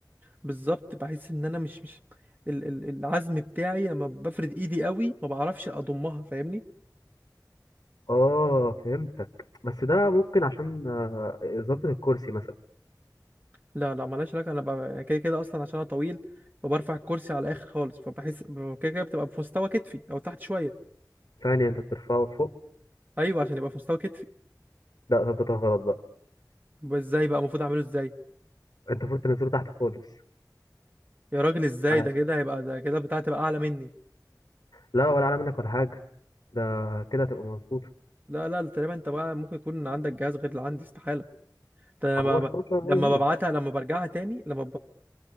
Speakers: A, on the right; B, on the left.
A: بالظبط بحس ان انا مش مش ال ال العزم بتاعي لما بفرد ايدي قوي ما بعرفش اضمها فاهمني
B: اه فهمتك بس ده ممكن عشان آه، ظبط الكرسي مثلا
A: لا لا ملهاش علاقه انا ببقى كده كده اصلا عشان انا طويل فبرفع الكرسي على الاخر خالص فبحس ب- كده كده بتبقى في مستوى كتفي او تحت شويه
B: يعني انت بترفعه لفوق
A: ايوه عشان يبقى في مستوى كتفي
B: لا ظبطها غلط بقى
A: يبقى ازاي بقى المفروض اعمله ازاي
B: انت المفروض تنزله تحت خالص
A: يا راجل ازاي
B: على
A: ده كده هيبقى ده كده بتاعتي تبقى اعلى مني
B: لا ولا اعلى منك ولا حاجة ده كده هتبقى مظبوط
A: لا لا تقريبا انت بقى ممكن يكون عندك جهاز غير اللي عندي استحاله ده أنا
B: هو
A: لما
B: الفراشة
A: لما
B: هي
A: ببعتها
B: هي
A: لما برجعها تاني لما